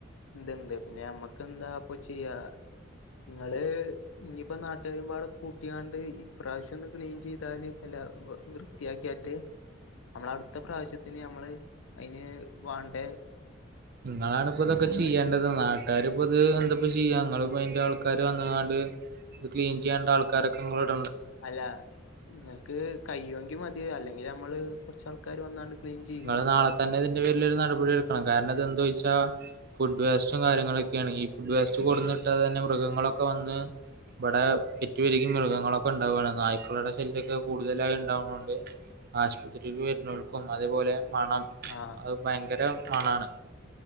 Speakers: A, on the left; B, on the right.
A: ഇതുണ്ട് പിന്നെ നമ്മക്ക്െന്താപ്പൊ ചെയ്യാ നിങ്ങള് ഇനിയിപ്പോ നാട്ടുകാരരുമ്പാടെ കൂട്ടിയാണ്ട് ഇപ്രാവശ്യം ഒന്ന ക്ലീൻ ചെയ് വൃത്തിയാക്കിയ നമ്മള അടുത്ത പ്രാവശ്യത്തിന് നമ്മള് അതിന് വാണ്ട
B: അതാണ് പ്പോ ഇതൊക്കെ ചെയ്യേണ്ടത് നാട്ട കട്ടാര് ഇപ്പ ഇത് എന്തപ്പ ചെയ്യാങ്ങ ഇ അന്റെ ആൾക്കാാര് വന്നതണ്ട് ഇത് ല എൻ ചെയ്യാണ്ട ആൾക്കാരക്കങ്ങളോട്
A: അല്ല നിങ്ങക്ക് കയിയുമോെങ്കിൽ മതി അല്ലെങ്കിൽ നമ്മള് കൊറച്ച ആൾക്കാർ വന്നാണ്ട് ക്ലീൻ ചെയ്യും
B: നിങ്ങള് നാളെ തന്നെ ഇതിന്റെ പേരിലൊരു നടപടി എടുക്കണം കാരണംത എന്താ വെച്ചാൽ ഫുഡ് വേസ്റ്റും കാര്യങ്ങളൊക്കെയാണ് ഈ ഫുഡ് വേസ്റ്റ് കൊടുുന്നുിട്ടാെ തന്നെ മൃഗങ്ങളൊക്കെ വന്ന് ഇവിടെ പെറ്റു പെരുകി മൃഗങ്ങളൊക്കെ ഉണ്ടാവുകയാണ് നായ്ക്കളുടെ ശല്യൊക്കെ കൂടുതലായി ഉണ്ടാവുന്നൊണ്ട് ആശുപത്രിൽ വരുന്നോൽക്കും അതേപോലെ മണം
A: ആഹ്
B: അത് ഭയങ്കര മണന്